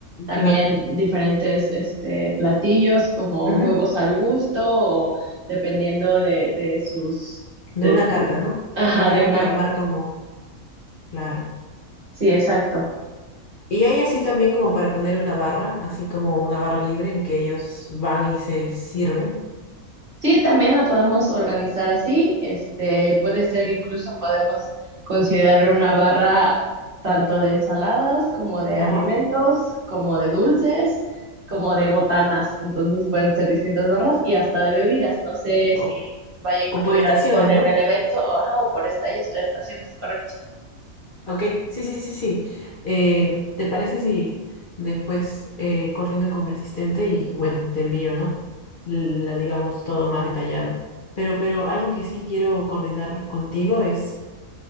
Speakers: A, on the right; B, on the left.
A: también
B: claro.
A: diferentes este, platillos como
B: ujú,
A: huevos al gusto o dependiendo de, de sus,
B: De
A: de,
B: una carta,
A: su-
B: ¿no?
A: ajá,
B: Tendríamos
A: de una,
B: que armar como, claro.
A: sí, exacto.
B: Y hay así también como para poner una barra, así como una barra libre en que ellos van y se sirven.
A: Sí, también la podemos organizar así. Este, puede ser incluso podemos considerar una barra tanto de ensaladas como de alimentos,
B: Ajá.
A: como de dulces, como de botanas. Entonces pueden ser distintas barras y hasta de bebidas. No sé
B: O,
A: si vaya a incluir
B: o por estaciones,
A: alcohol en
B: ¿no?
A: el evento o, ajá, o por estallos- estaciones, correcto.
B: Ok, sí, sí, sí, sí. Eh, ¿te parece si después eh, coordino con mi asistente y bueno, te envío, ¿no? La digamos todo más detallado. Pero, pero algo que sí quiero coordinar contigo es,